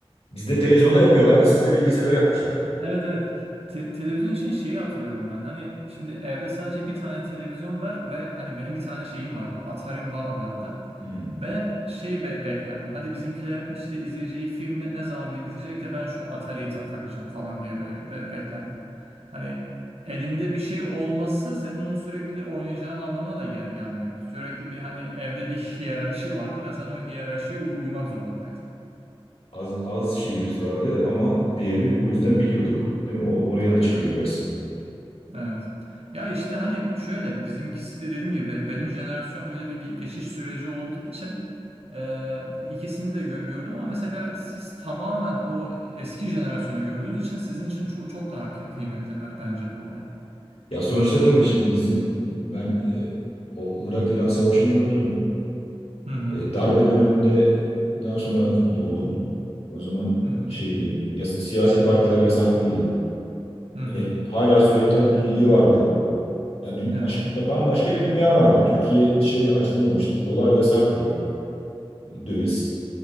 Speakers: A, on the left (about 80°); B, on the right (about 85°).
A: Bizde televizyonda yapıyorlardı, size bilgisayara yapmışlar.
B: Evet evet. Te- televizyon için şeyi hatırlıyorum ben. Hani şimdi evde sadece bir tane televizyon var ve hani benim bir tane şeyim vardı. Atari'm va- vardı.
A: Hmm.
B: Ben hep şey be- beklerdim. Hadi bizimkilerin işte izleyeceği film ne, ne zaman bir bitecek de ben şu Atari'yi ta- takacağım falan diye böyle bir be- beklerdim. Hani elinde bir şey olması senin onu sürekli oynayacağın anlamına da gel- gelmiyordu. Sürekli bir hani evde bir hiyerarşi vardı ve sen o hiyerarşiye uy- uymak zorundaydın.
A: Az, az şeyimiz vardı ama değerini o yüzden biliyorduk. Değil mi? O, oraya
B: Tabii
A: da çıkıyor
B: canım.
A: biraz.
B: Evet. Ya işte hani şöyle bizimkisi de dediğim gibi be- benim jenerasyon böyle bir ge- geçiş süreci olduğu için e, ikisini de gö- gördüm ama mesela siz tamamen o eski jenerasyonu gördüğünüz için sizin için çok çok daha kı- kıymetli be- bence bu olay.
A: Ya sonuçta tabii şimdi bizim ben e, o Irak-İran Savaşı'nı gördüm.
B: Hı hı.
A: E, darbe döneminde daha sonra doğdum. O zaman
B: Hı hı.
A: şeydi, ya, siyasi partiler yasaklıydı.
B: Hı hı.
A: E, hala Sovyetler Birliği vardı. Ya dü-
B: Evet.
A: baş, bambaşka bir dünya vardı. Türkiye dışarıya açılmamıştı. Dolar yasaktı. Döviz.